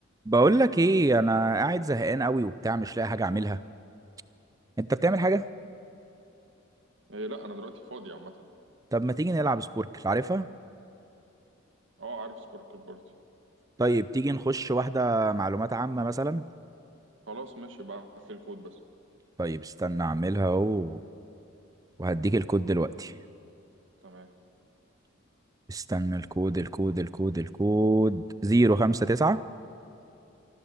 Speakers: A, on the right (about 15°); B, on the right (about 70°).
A: بقول لك ايه انا قاعد زهقان قوي وبتاع مش لاقي حاجه اعملها انت بتعمل حاجه
B: إيه لا انا دلوقتي فاضي عامه
A: طب ما تيجي نلعب سبوركل عارفها
B: اه عارف سباركل بارتي
A: طيب تيجي نخش واحده معلومات عامه مثلا
B: خلاص ماشي ابعت لي الكود بس
A: طيب استنى اعملها اهو وهديك الكود دلوقتي
B: تمام
A: استنى الكود الكود الكود الكود 059